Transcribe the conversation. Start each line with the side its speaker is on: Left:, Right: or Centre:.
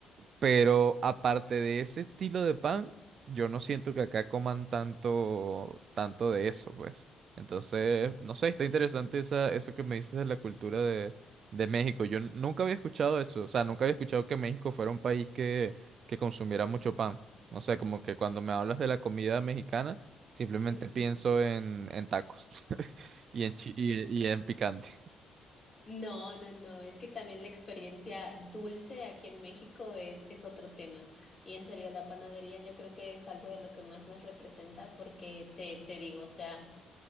Right: Pero aparte de ese estilo de pan, yo no siento que acá coman tanto, tanto de eso, pues. Entonces, no sé, está interesante esa, eso que me dices de la cultura de, de México. Yo n- nunca había escuchado eso, o sea, nunca había escuchado que México fuera un país que, que consumiera mucho pan. No sé, como que cuando me hablas de la comida mexicana, simplemente
Left: Ujú.
Right: pienso
Left: <laughs>
Right: en, en tacos <laughs> y en, chi- y, y en picante.
Left: No, no, no, es que también la experiencia dulce aquí en México es, es otro tema. Y en serio, la panadería yo creo que es algo de lo que más nos representa porque te, te digo, o sea,